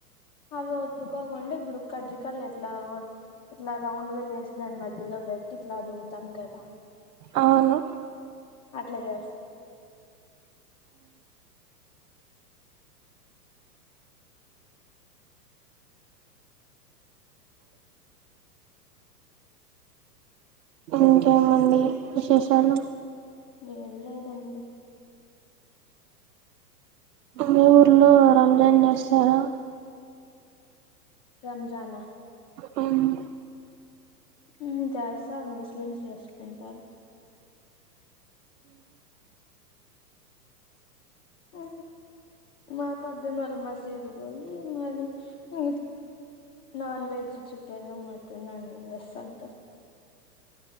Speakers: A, on the left; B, on the right.
A: అవి ఒత్తుకోకుండా ఇప్పుడు కజ్జికాయలు ఎట్లా ఎట్లా రౌండ్ గా చేసి దాని మధ్య లో పెట్టి ఇట్లా అదుముతాం కదా
B: అవును
A: అట్లే చేస్తాం
B: ఇంకేమండి విశేషాలు
A: ఏం లేదండి
B: మీ ఊర్లో
A: మీ
B: రంజాన్ చేస్తార
A: రంజనా
B: హ్మ్
A: హ్మ్ చేస్తారు ముస్లిమ్స్ చేసుకుంటారు ఆ మా పద్దన్న వాళ్ళు మసీదు కి పోయి మరి ఇ నాన్ వెజ్ చికెన్ మటన్ అన్ని చేస్తుంటారు